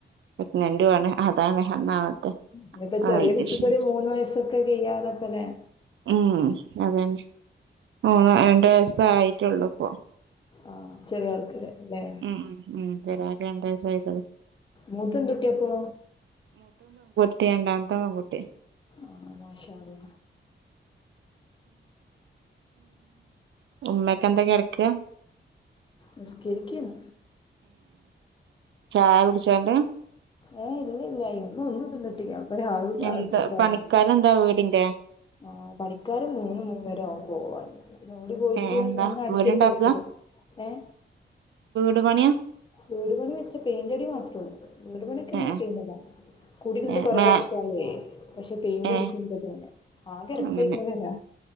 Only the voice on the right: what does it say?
പ്രഗ്നെന്റു ആണ് അതാണ് ഒന്നാമത്തെ
അത്
ശരി
ഉം അതന്നെ മൂന്ന് രണ്ട് വയസായിട്ടൊള്ളുപ്പം.
ഉം ഉം രണ്ട് വയസായതേള്ളു.
ട്ടി രണ്ടാമത്തെ പെൺകുട്ടി.
<inaudible> ഉമ്മക്കെന്തെയ് കെടക്ക?
ചായ കുടിച്ചാണ്ട്
എന്താ പണിക്കാരെന്താ വീടിന്റെ
ഏ എന്താ
വീട്ണ്ടാക്ക
ട് പണിയാ
ഏ
ഏ
മേ
ഏ
അങ്ങനെ